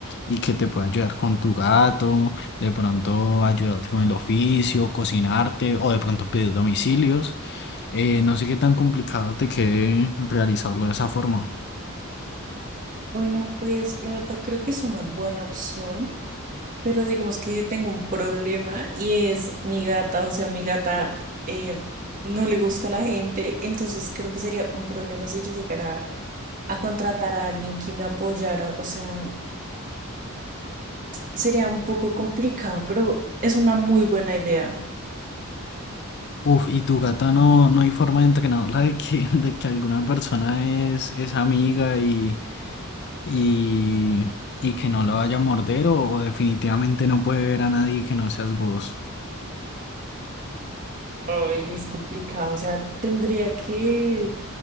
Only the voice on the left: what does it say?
y que te pueda ayudar con tu gato, de pronto ayudarte con el oficio, cocinarte o de pronto pedir domicilios. Eh, no sé qué tan complicado te quede realizarlo de esa forma.
Uf, y tu gata no, no hay forma de entrenarla de que, <laughs> de que alguna persona es, es amiga y, y, y que no la vaya a morder o, o definitivamente no puede ver a nadie que no seas vos.